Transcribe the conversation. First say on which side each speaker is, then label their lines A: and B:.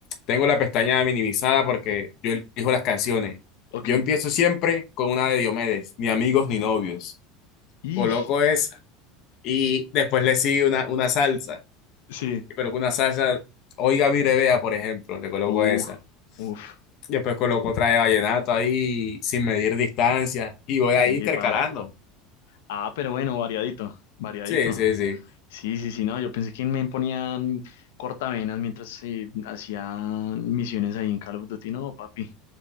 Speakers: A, on the left; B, on the left.
A: tengo la pestaña minimizada porque yo elijo las canciones.
B: Ok.
A: Yo empiezo siempre con una de Diomedes, ni amigos ni novios.
B: Y
A: Coloco esa y después le sigue una, una salsa.
B: sí.
A: Pero con una salsa, Oiga mi revea, por ejemplo, le coloco
B: Uh,
A: esa.
B: uf.
A: Después coloco otra de vallenato ahí sin medir distancia y voy ahí intercalando.
B: Epa. Ah, pero bueno, variadito. Variadito.
A: Sí, sí, sí.
B: Sí, sí, sí, no. Yo pensé que me ponía mm, cortavenas mientras eh, hacía misiones ahí en Call of Duty. No, papi.